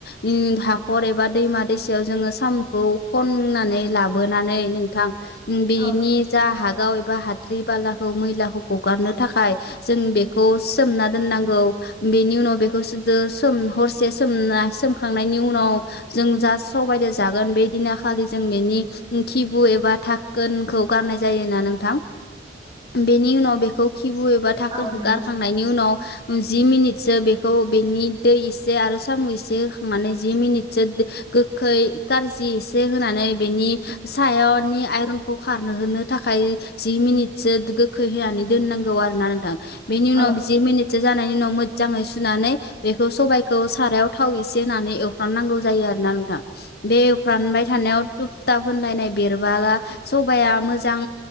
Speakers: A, on the left (about 60°); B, on the right (about 30°).
A: ओ हाखर एबा दैमा दैसायाव जोङो साम'खौ खन नानै लाबोनानै नोंथां बेनि
B: औ
A: जा हागाव एबा हाद्रि बालाखौ मैलाखौ गगारनो थाखाय जों बेखौ सोमना दोननांगौ बेनि उनाव बेखौ सुदो हरसे सोमना-सोमखांनायनि उनाव जों जा सबदो जागोन बेदिनाखालि जों बेनि किबु एबा थाखोनखौ गारनाय जायोना नोंथां बेनि उनाव बेखौ खिबु एबा थाखोनखौ
B: औ नंगौ
A: गारखांनायनि उनाव जि मिनिटसो बेखौ बेनि दै एसे आरो साम' एसे होखांनानै जि मिनिटसो गोखै खारजि एसे होनानै बेनि सायावनि आइरखौ खार थाखाय जि मिनिटसो खै होनानै दोननांगौ आरो ना नोंथां बेनि उनाव
B: औ
A: जि मिनिटसो जानायनि उनाव मोदजाङै सुनानै बे सबायखौ सारायाव थाव इसे होनानै एवफ्राननांगौ जायो आरोना नोंथां बे एवफ्रानबाय थानायाव थुफ थाब होनलायनाय बेरबाला सबाइया मोजां